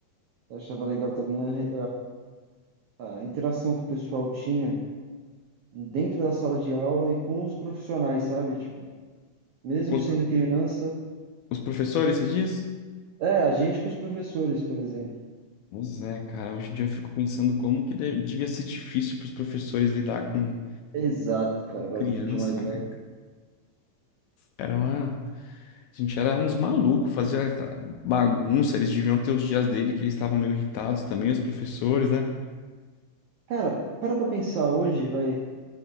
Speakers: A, on the right; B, on the left.
A: Eu achava legal também a, re- a, a interação que o pessoal tinha dentro da sala de aula e com os profissionais, sabe? Tipo, mesmo
B: Com os,
A: sendo criança.
B: os professores, você diz?
A: É, a gente com os professores, por exemplo.
B: Pois é, cara. Hoje em dia eu fico pensando como que de- devia ser difícil para os professores lidar com
A: Exato, cara, agora
B: criança,
A: que a gente é mais velho.
B: né? Era uma... A gente era uns malucos, fazia bagunça. Eles deviam ter os dias dele que eles estavam meio irritados também, os professores, né?
A: Cara, para pra pensar hoje, vai,